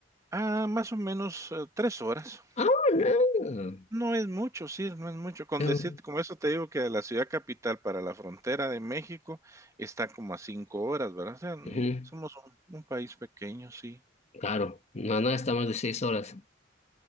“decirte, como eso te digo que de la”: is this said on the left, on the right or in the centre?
Right